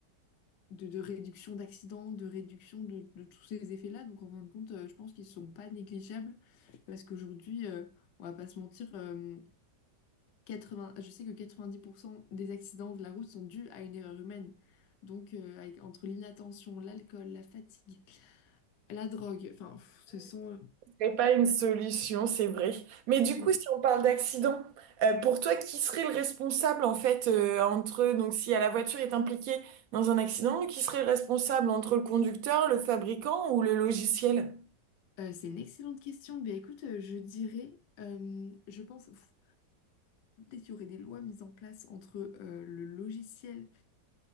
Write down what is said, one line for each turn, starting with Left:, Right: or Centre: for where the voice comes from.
Left: de, de réduction d'accidents, de réduction de, de tous ces effets-là. Donc en fin de compte, euh, je pense qu'ils ne sont pas négligeables parce qu'aujourd'hui, euh, on va pas se mentir, euh, 80, je sais que 90% des accidents de la route sont dus à une erreur humaine. Donc euh, avec- entre l'inattention, l'alcool, la fatigue, la drogue, enfin, pff, ce sont...
Right: serait pas une solution, c'est vrai. Mais du coup,
Left: euh,
Right: si on parle d'accident, euh, pour toi, qui serait le responsable en fait euh, entre donc si euh, la voiture est impliquée dans un accident, qui serait le responsable entre le conducteur, le fabricant ou le logiciel?
Left: Euh, c'est une excellente question. Ben, écoute, euh, je dirais, euh, je pense, pff, peut-être qu'il y aurait des lois mises en place entre euh, le logiciel